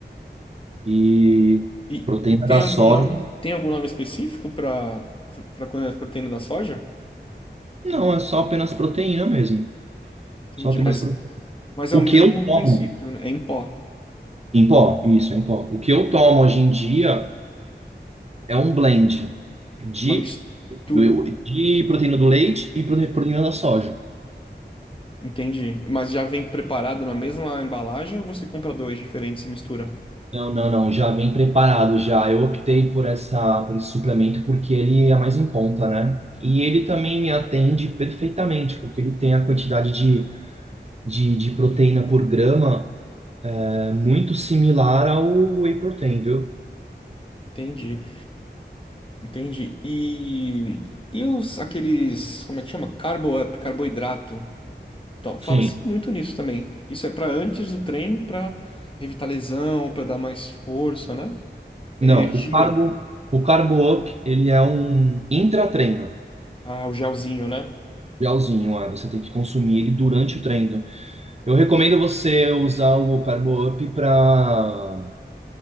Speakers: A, on the right; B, on the left.
A: E
B: E,
A: a proteína
B: e tem
A: da
B: algum
A: soja,
B: nome, tem algum nome específico para para quando é proteína da soja?
A: não, é só apenas proteína mesmo.
B: Entendi,
A: Só apenas
B: mas,
A: proteína.
B: mas
A: O
B: é o mesmo
A: que eu tomo
B: princípio, né? É em pó,
A: em pó, isso, em pó. O que eu tomo hoje em dia é um blend de,
B: uma mistura.
A: do- de proteína do leite e prote- proteína da soja.
B: Entendi. Mas já vem preparado na mesma embalagem ou você compra dois diferentes e mistura?
A: Não, não, não, já vem preparado já. Eu optei por essa, por esse suplemento porque ele é mais em conta, né? E ele também me atende perfeitamente, porque ele tem a quantidade de, de, de proteína por grama é, muito similar ao whey protein, viu?
B: Entendi, entendi. E, e os aqueles, como é que chama? Carbo up, carboidrato. Então, fala-se
A: Sim.
B: muito nisso também. Isso é para antes do treino, para evitar lesão, para dar mais força, né? Energia.
A: Não, o carbo, o carbo up, ele é um intratreino,
B: Ah, o gelzinho, né?
A: gelzinho, é, você tem que consumir ele durante o treino. Eu recomendo você usar o Carbo Up para